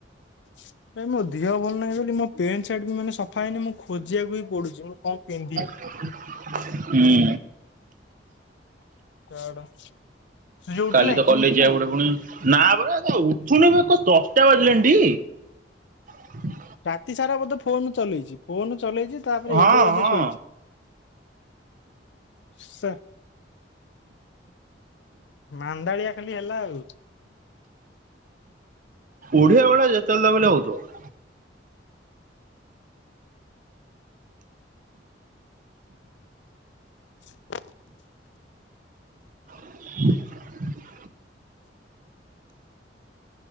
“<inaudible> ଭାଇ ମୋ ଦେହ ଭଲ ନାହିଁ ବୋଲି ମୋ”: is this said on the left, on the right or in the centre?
Left